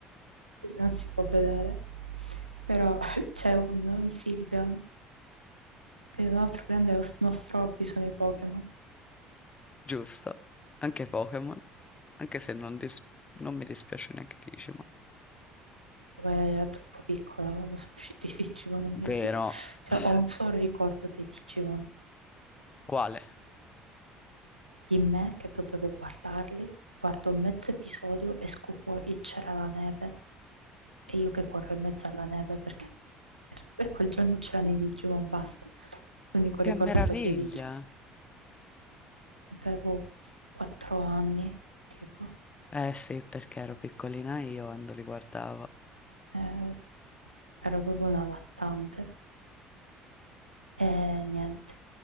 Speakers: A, on the right; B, on the left.
A: non si può vedere. Però <laughs> c'è un, un Silvian, che è un altro grande os- nostro hobby sono i Pokémon.
B: Giusto, anche Pokémon, anche se non, dis- non mi dispiace neanche Digimon.
A: Quella era troppo piccola quando sono <laughs> usciti i Digimon, non
B: Vero.
A: mi ricordo. Cioè,
B: <laughs>
A: ho un solo ricordo dei Digimon.
B: Quale?
A: di me che dovevo guardarli, guardo mezzo episodio, esco fuori e c'era la neve e io che corro in mezzo alla neve perché <laughs> per quel giorno c'erano i Digimon, basta. L'unico
B: Che
A: ricordo
B: meraviglia!
A: che ho dei Digimon. Avevo quattro anni, tipo,
B: Eh sì, perché ero piccolina io quando li guardavo. A
A: eh, ero proprio una lattante e niente.